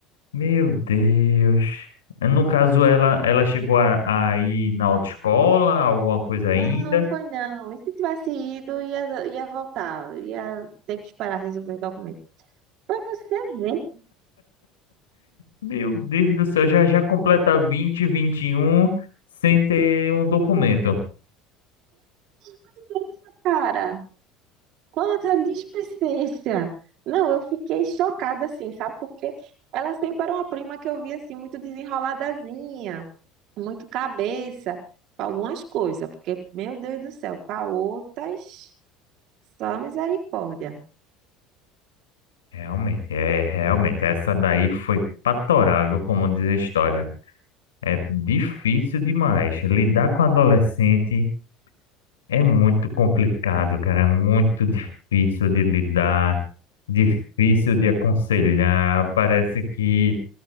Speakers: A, on the left (about 85°); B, on the right (about 60°).
A: Meu Deus. No caso, ela, ela chegou a, a ir na autoescola, alguma coisa ainda.
B: Não, foi não. E se tivesse ido, ia, ia voltar. Ia ter que esperar resolver o documento. Pra você ver,
A: Meu Deus do céu, já já completa vinte vinte e um sem ter um documento.
B: que é isso, cara. Quanta displicência! Não, eu fiquei chocada assim, sabe? Porque ela sempre era uma prima que eu via assim, muito desenroladazinha, muito cabeça, pra algumas coisas, porque, meu Deus do céu, para outras, só misericórdia.
A: Realmente, é, realmente, essa daí foi patorável, como diz a história. É difícil demais lidar com adolescente É muito complicado, cara. É muito difícil de lidar, difícil de aconselhar. Parece que,